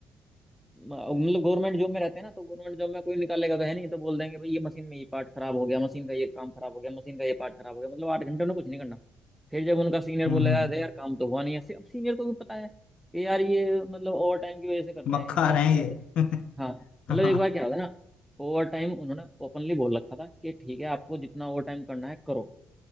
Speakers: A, in the centre; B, on the left.
A: मतलब गवर्नमेंट जॉब में रहते हैं ना तो गवर्नमेंट जॉब में कोई निकालेगा तो है नहीं तो बोल देंगे भाई ये मशीन में ये पार्ट खराब हो गया मशीन का ये काम खराब हो गया मशीन का ये पार्ट खराब हो गया मतलब आठ घंटे में कुछ नहीं करना फिर जब उनका सीनियर
B: हम्म
A: बोलेगा
B: हम्म,
A: अरे यार काम तो हुआ नहीं ऐसे अब सीनियर को भी पता है कि यार ये मतलब ओवर टाइम की वजह से कर रहे
B: मक्खा
A: हैं इतना
B: रहे हैं ये
A: या तो हाँ
B: <laughs>
A: मतलब
B: हाँ
A: एक बार क्या होगा ना ओवर टाइम उन्होंने ओपनली बोल रखा था कि ठीक है आपको जितना ओवर टाइम करना है करो